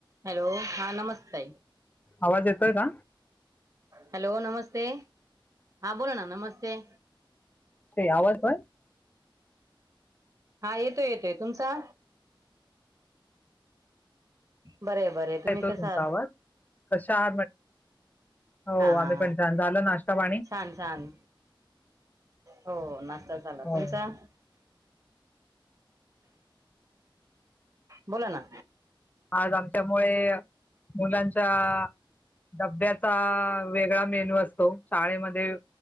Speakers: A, on the right (about 40°); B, on the left (about 20°).
A: Hello हा नमस्ते
B: आवाज येतोय का
A: हॅलो नमस्ते हा बोला ना नमस्ते
B: ताई आवाज पण
A: हा येतोय येतोय तुमचा बरय बरय तुम्ही
B: येतो
A: कस
B: तुमचा
A: आहात
B: आवाज कशा आहात मॅडम? हो
A: हा हा
B: आम्ही पण छान झालं नाश्ता पाणी
A: छान छान हो नाश्ता झाला
B: हो
A: तुमचा बोला ना
B: आज आमच्यामुळे मुलांच्या डब्याचा वेगळा मेन्यू असतो शाळेमध्ये